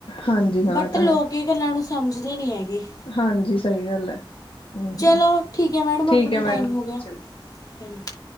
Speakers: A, on the left (about 80°); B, on the left (about 45°).
A: ਹਾਂਜੀ ਹਾਂ
B: ਬਟ
A: ਇਹ ਤਾਂ
B: ਲੋਕ
A: ਹੈ
B: ਕਈ ਗੱਲਾਂ ਨੂੰ ਸਮਝਦੇ ਨਹੀਂ ਹੈਗੇ।
A: ਹਾਂਜੀ ਸਹੀ ਗੱਲ ਹੈ ਹਮ
B: ਚਲੋ
A: ਹਮ
B: ਠੀਕ ਹੈ, ਮੈਡਮ
A: ਠੀਕ
B: ਆਪਣਾ
A: ਹੈ ਮੈਡਮ
B: ਟਾਈਮ ਹੋ ਗਿਆ।
A: ਚਲੋ
B: ਹਾ ਨਹੀਂ।